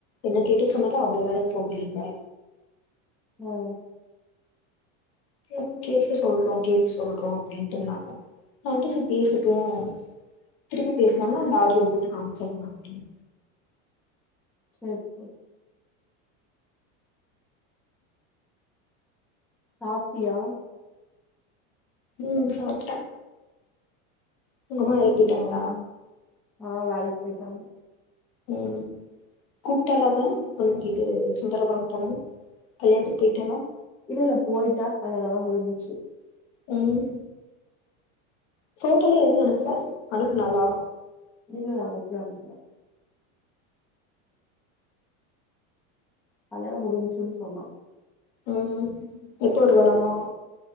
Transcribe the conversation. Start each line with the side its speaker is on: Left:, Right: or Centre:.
Left: என்ன கேட்டு சொன்னாலும் அவங்க வேலைக் போகலைன்பே
Centre: ம்
Left: கே கேட்டு சொல்றோம் கேட்டு சொல்றோம் அப்படின்னு சொன்னாங்க நான் வந்து சரி பேசட்டோம் திருப்பி பேசலாம்னா அந்த ஆடியோ போட்டு காமிச்சிடலாம் அப்படின்னு
Centre: செரி செரி சாப்டியா
Left: உம் சாப்ட்டேன் உங்க அம்மா வேலைக்கு போய்ட்டாங்களா
Centre: ஆ வேலைக்கு போயிட்டாங்க
Left: ம் கூப்ட்டால அவ தா இது சுந்தரபுரம் போணும் கல்யாணத்துக்கு போயிட்டாலா
Centre: இல்ல இல்ல போயிட்டா கல்யாணம்லாம் முடிஞ்ச்சு
Left: ம் ஃபோட்டோல எதுமே எடுக்ல அனுப்னாலா
Centre: இல்ல <unintelligible> அனுப்ல அனுப்ல கல்யாணம் முடிஞ்சுன் சொன்னா
Left: ம் <unintelligible> வரமோ